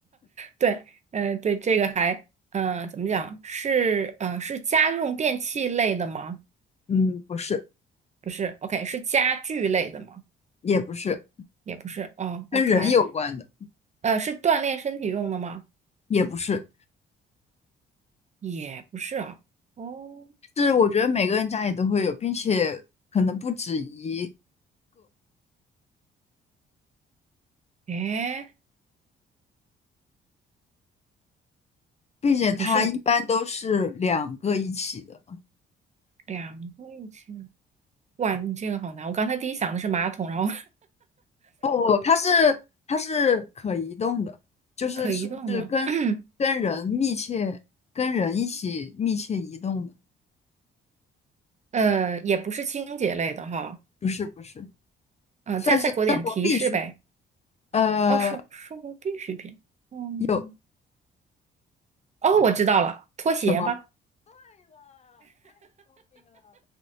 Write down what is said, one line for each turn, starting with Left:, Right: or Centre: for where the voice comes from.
Right: 对，呃，对，这个还，呃，怎么讲？是，呃，是家用电器类的吗？
Left: 嗯，不是，
Right: 不是，OK，是家具类的吗？
Left: 也不是，
Right: 也不是，哦，OK，
Left: 跟人有关的，
Right: 呃，是锻炼身体用的吗？
Left: 也不是，
Right: 也不是啊，哦，
Left: 是我觉得每个人家里都会有，并且可能不止一，
Right: 诶，
Left: 并且它一般都是两个一起的，
Right: 不是两个一起的哇，你这个好难，我刚才第一想的是马桶，然后
Left: 哦，它是它是可移动的，
Right: <laughs>
Left: 就是是是跟跟人密切跟人一起密切移动的，
Right: 可移动的。<clears throat> 呃，也不是清洁类的哈，
Left: 不是不是，
Right: 呃，
Left: 算是生活必须，
Right: 再再给我点提示呗。
Left: 呃。
Right: 哦，生生活必需品。嗯，
Left: 有。
Right: 哦，我知道了，拖鞋吧。
Left: 什么？